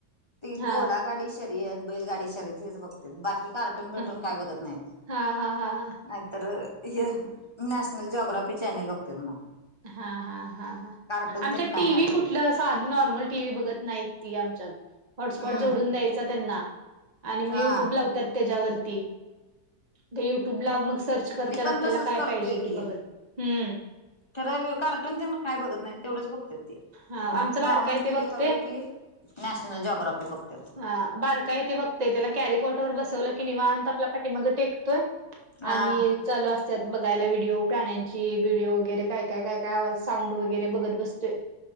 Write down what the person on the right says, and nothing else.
हा
हा
हा, हा, हा, हा,
हा, हा, हा, हा,
आमच्यात
टी,
व्ही
कुठलं असं, साधी नॉर्मल, टी- व्ही बघत नाही ती आमच्यात, हॉसस्पॉट
जोडून द्यायचा त्यांना. आणि, मग
युट्यूब लावत्यात तेच्या वरती. त्या युट्यूबला मग सर्च करत्यात
आपल्याला
काय
पाहिजे ते
बघत. हम्म..
हा
आमचं
बारका आहे ते
बघते
हां, बारक आहे ते बघतय. त्याला कॅरिकॉट वर बसवलं की निवांत आपला पाठीमाग टेक... होय,
आणि... चालू असत्यात बघायला व्हिडिओ, प्राण्यांचे व्हिडीओ वगैरे काय, काय, आवाज, साऊंड वगैरे बघत बसतोय. ह